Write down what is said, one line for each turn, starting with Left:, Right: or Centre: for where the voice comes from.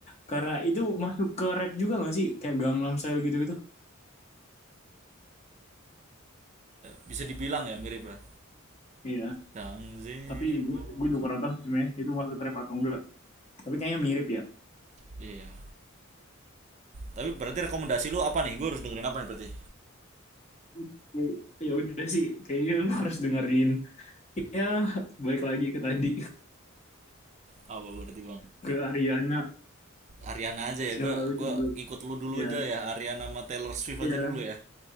Left: Karena itu masuk ke rap juga gak sih? Kayak Gangnam Style gitu-gitu.
Right: bisa dibilang ya mirip lah
Left: Iya,
Right: Kang Zewo,
Left: tapi gue gue juga kurang tahu sih itu masuk rap atau enggak. Tapi kayaknya mirip ya.
Right: Iya. Tapi berarti rekomendasi lu apa nih? Gue harus dengerin apa nih berarti?
Left: Oke, Ya udah sih, kayaknya lu harus dengerin. Ya, balik lagi ke tadi
Right: Apa berarti bang?
Left: ke Ariana.
Right: Ariana aja ya.
Left: Coba
Right: Gue gue
Left: coba
Right: ngikut lu dulu
Left: ya,
Right: aja ya. Ariana sama Taylor Swift
Left: ya,
Right: aja dulu ya.